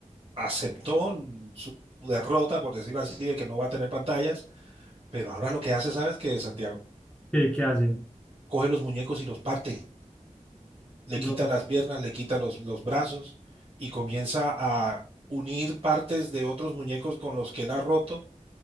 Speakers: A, on the right; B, in the centre.
A: aceptó su derrota, por decirlo así, de que no va a tener pantallas. Pero ahora lo que hace, ¿sabes qué, Santiago?
B: ¿Qué, qué hace?
A: Coge los muñecos y los parte. Le
B: No.
A: quita las piernas, le quita los, los brazos y comienza a unir partes de otros muñecos con los que él ha roto